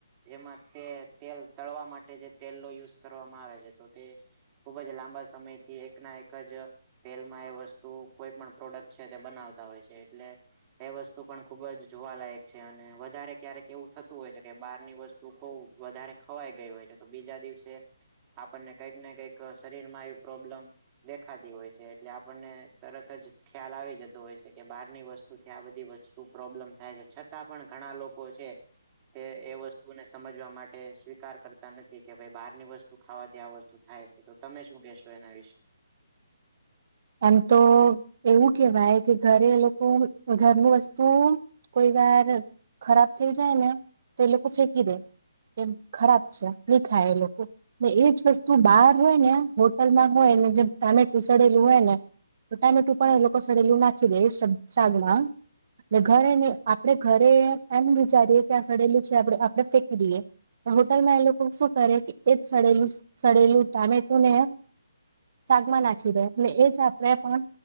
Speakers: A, on the right; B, on the right.
A: જેમાં- - તે તેલ તળવા માટે જે તેલનો યુઝ કરવામાં આવે છે તો તે- - ખુબ જ લાંબા સમયથી એકના એક જ- - તેલમાં એ વસ્તુ કોઈ પણ પ્રોડક્ટ છે તે બનાવતા હોય છે એટલે -- એ વસ્તુ પણ ખુબ જ જોવાલાયક છે અને વધારે ક્યારેક એવું થતું હોય છે કે બારની વસ્તુ- - શું કંઉ વધારે ખવાઈ ગયું હોય ત્યારે તો બીજા દિવસે- - આપણને કંઈક ને કંઈક શરીર માં એ પ્રોબ્લેમ- - દેખાતી હોય છે એટલે આપણને તરત જ ખ્યાલ આવી જતો હોય છે કે બહારની વસ્તુ- - શ છે આ બધી વસ્તુ પ્રોબ્લેમ થાય છે છતાં પણ ઘણા લોકો છે
B: <inaudible>
A: કે એ વસ્તુ- - ને સમજવા માટે સ્વીકાર કરતા નથી કે ભાઈ બહારની વસ્તુ ખાવાથી આ વસ્તુ થાય છે તો- - તમે શું કહેશો એના વિશે?
B: એમ તો એવું કેહેવાય કે ઘરે એ લોકો ઘરનું વસ્તુ- - કોઈ વાર ખરાબ થઈ જાય ને તો એ લોકો ફેંકી દે. એમ ખરાબ છે નહી ખાય એ લોકો ને એજ વસ્તુ બહાર હોય ને હોટલમાં હોય ને જેમ ટામેટું સડ્ હોય ને તો ટામેટું પણ એ લોકો સડેલું નાખી દે સાગમાં અ ને ઘરે નહી આપણેે ઘરે એમ વિચારીએે કે આ સડેલું છે આપ આપડે ફેંકી દઈએ હોટલમાં એ લોકો શું કરે કે એ જ સડેલું સડેલું ટામેટું ને સાગમાં નાખી દે અને એ જ સાગ ને પણ